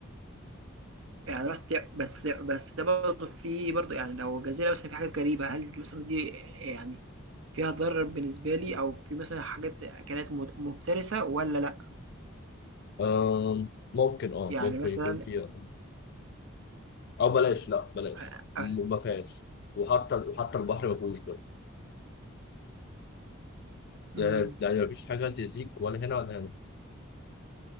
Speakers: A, on the right; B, on the left.
A: يعني رُحت بس بس ده برضه في برضه يعني لو جزيرة مثلًا فيها حاجات غريبة، هل مثلًا دي يعني فيها ضرر بالنسبة لي أو في مثلًا حاجات أكلات مت مفترسة والّا لأ؟
B: آه ممكن اه
A: يعني
B: ممكن
A: مثلًا
B: يكون فيها أو بلاش لا بلاش
A: أ
B: م-
A: أ
B: ما فيهاش وحتى حتى البحر ما فيهوش برضه يعني
A: إمم.
B: يعني مفيش حاجة تزيك ولا هنا ولا هنا